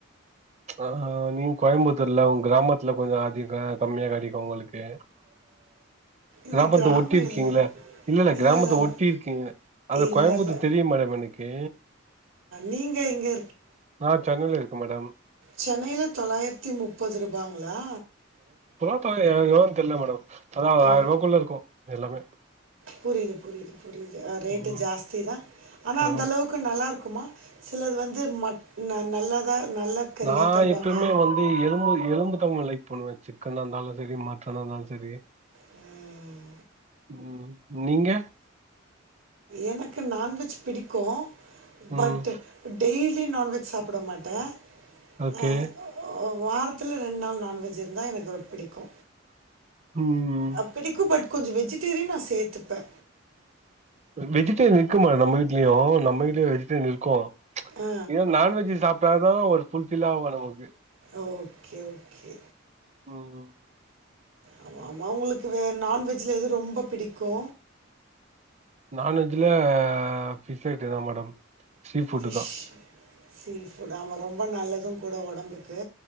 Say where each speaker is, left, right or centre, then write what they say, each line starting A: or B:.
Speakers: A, on the right; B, on the right.
A: ஆஹா நீங்க கோயம்புத்தூர்ல உங்க கிராமத்துல கொஞ்சோ அதிக கம்மியா கெடைக்கு உங்களுக்கு
B: இது
A: கிராமத்த
B: கிராமம்
A: ஒட்டி இருக்கீங்களே
B: இல்லை
A: இல்ல இல்ல,
B: இல்லை
A: கிராமத்த
B: இல்லை இல்லை
A: ஒட்டி இருக்கீங்க அது
B: இல்லை
A: கோயம்புத்தூர்
B: இல்லை
A: தெரியு மேடம் எனக்கு
B: நீங்கள் எங்கே
A: நா சென்னையில இருக் க்க மேடம்
B: சென்னைல தொள்ளாயிரத்தி முப்பது ரூபாங்களா
A: இப்ப எ எவ்ளோன்னு தெரியல மேடம் அதா ஒரு
B: ஓ
A: ஆயிரரூபாக்குள்ள இருக்கும் எல்லாமே
B: புரியுது புரியுது புரியுது அ ரேட்டு
A: ம்
B: ஜாஸ்தி தா ஆனா
A: ஆ
B: அந்த அளவுக்கு நல்லா க்குமா சிலது வந்து மட் ந- நல்லதா நல்ல கறியாக
A: நா
B: தருவாங்க
A: எப்பமே வந்து எலும்பு எலும்புதா ரொம்ப லைக் பண்ணுவே சிக்கனா இருந்தாலு செரி மட்டனா இருந்தாலு செரி
B: ம்
A: ம் நீங்க
B: எனக்கு நான்வெஜ் பிடிக்கு
A: ம்
B: பட் டெய்லி நான்வெஜ் சாப் புட மாட்டே
A: ஓகே
B: ஆ, வாரத்துல ரெண்டு நாள் நான்வெ ஜ் இருந்தா எனக்கு பிடிக்கு
A: ம்
B: அ பிடிக்கு பட் கொஞ்சோ வெஜிடேரியன் நா சேத்துப்ப
A: வெஜிடேரியன் இருக்கு மேடம் நம்ம வீட்லயு நம்ம வீட்லயு வெஜிடேரியன் இருக்கு
B: ஆ
A: இல்ல நான்வெஜ் சாப்ட்டா தா ஒரு ஃபுல் ஃபில் ஆவு நமக்கு
B: ஓகே ஓகே
A: ம்
B: ஆமா ஆமா உங்களுக்கு வே நான்வெஜ்ல எது ரொம்ப பிடிக்கு
A: நான்வெஜ்ல ஃபிஷ் ஐட்டந்தா மேடம் சீ ஃபுட்டு
B: ஃபிஷ்
A: தா
B: சீ ஃபுட் ஆமா ரொம்ப நல்லது கூட ஒடம்புக்கு